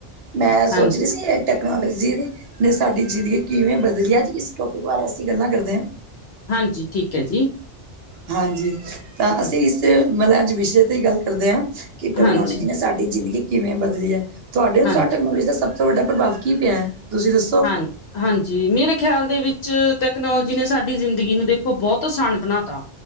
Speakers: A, on the right; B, on the left.
A: ਮੈਂ
B: ਹਾਂਜੀ
A: ਸੋਚ ਰੀ ਸੀ ਟੈਕਨੋਲੋਜੀ ਨੇ ਸਾਡੀ ਜ਼ਿੰਦਗੀ ਕਿਵੇਂ ਬਦਲੀ, ਅੱਜ ਇਸ ਟੌਪਕ ਬਾਰੇ ਅਸੀਂ ਗੱਲਾਂ ਕਰਦੇ ਆ।
B: ਹਾਂਜੀ ਠੀਕ ਆ ਜੀ।
A: ਹਾਂਜੀ ਤਾਂ
B: ਹਾਂ,
A: ਅਸੀਂ ਇਸ ਮਤਲਬ ਅੱਜ ਵਿਸ਼ੇ ਤੇ ਹੀ ਗੱਲ ਕਰਦੇ ਹਾਂ ਕਿ ਟੈਕਨੋਲੋਜੀ
B: ਹਾਂਜੀ,
A: ਨੇ ਸਾਡੀ ਜ਼ਿੰਦਗੀ ਕਿਵੇਂ ਬਦਲੀ ਐ। ਤੁਆਡੇ ਅਨੁਸਾਰ
B: ਹਾਂਜੀ,
A: ਟੈਕਨੋਲੋਜੀ ਦਾ ਸਭ ਤੋਂ ਵੱਡਾ ਪ੍ਰਭਾਵ ਕੀ ਪਿਆ ਹੈ। ਤੁਸੀਂ ਦੱਸੋ?
B: ਹਾਂ ਹਾਂਜੀ, ਮੇਰੇ ਖਿਆਲ ਦੇ ਵਿੱਚ ਤੈਕਨੋਲੋਜੀ ਨੇ ਸਾਡੀ ਜ਼ਿੰਦਗੀ ਨੂੰ ਦੇਖੋ ਬਹੁਤ ਆਸਾਨ ਬਣਾ ਤਾ।